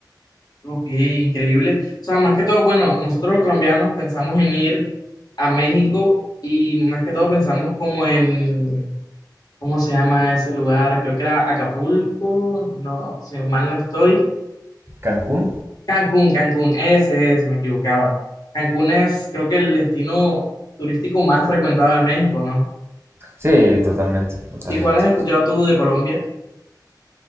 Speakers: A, on the left (about 60°); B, on the right (about 35°).
A: Ok, increíble. O sea, más que todo, bueno, nosotros los colombianos pensamos en ir a México y más que todo pensamos como en, ¿cómo se llama ese lugar? Creo que era Acapulco, no, si mal no estoy.
B: Cancún,
A: Cancún, Cancún, ese es, me equivocaba. Cancún es, creo que el destino turístico más frecuentado de México, ¿no?
B: sí, totalmente, totalmente.
A: ¿Y cuál has escuchado tú de Colombia?